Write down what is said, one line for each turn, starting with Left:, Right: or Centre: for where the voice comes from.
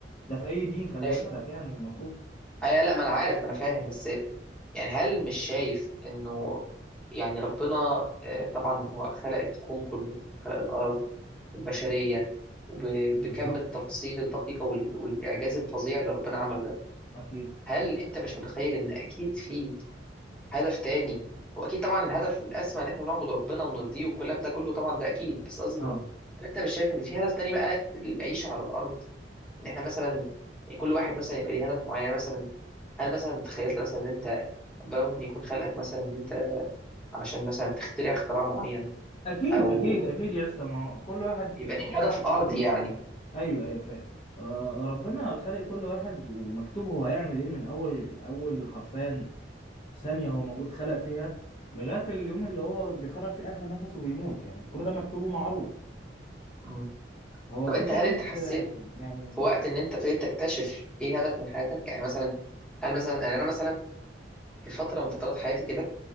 Left: ده في اي دين خلي
Centre: شايف
Left: بالك يعني المفروض
Centre: آه لا ما انا عارف ما انا فاهم بس يعني هل مش شايف انه يعني ربنا آه، طبعا هو خلق الكون كله خلق الارض البشرية وبكم
Left: بالظبط
Centre: التفاصيل الدقيقة وال- والإعجاز الفظيع اللي ربنا عمله ده
Left: اكيد
Centre: هل أنت مش متخيل إن أكيد في هدف تاني وأكيد طبعا الهدف الأسمى إن إحنا نعبد ربنا ونرضيه والكلام ده كله طبعا ده أكيد بس قصدي
Left: اه
Centre: إنه هل أنت مش شايف إن في هدف تاني بقى العيشة على الأرض إن إحنا مثلا كل واحد مثلا يبقى ليه هدف معين يعني مثلا هل مثلا تخيلت مثلا إن أنت ربنا ممكن يكون خلقك مثلا إن أنت علشان مثلا تخترع اختراع معين
Left: اكيد
Centre: أو
Left: اكيد اكيد يا اسطى ما هو كل واحد
Centre: يبقى
Left: ربنا
Centre: ليك هدف أرضي
Left: خلقه
Centre: يعني
Left: ايوه ايوه فاهم ر- ربنا خلق كل واحد ومكتوب هو هيعمل ايه من اول اول حرفان ثانية هو موجود خلق فيها لغاية اليوم اللي هو بيخرج فيه اخر نفس وبيموت يعني كل ده مكتوب ومعروف
Centre: مم.
Left: هو
Centre: طب
Left: الفكرة
Centre: انت هل انت
Left: بس
Centre: حسيت
Left: آه، يعني
Centre: في وقت ان انت ابتديت تكتشف ايه هدف من حياتك يعني مثلا هل مثلا يعني انا مثلا في فتره من فترات حياتي كده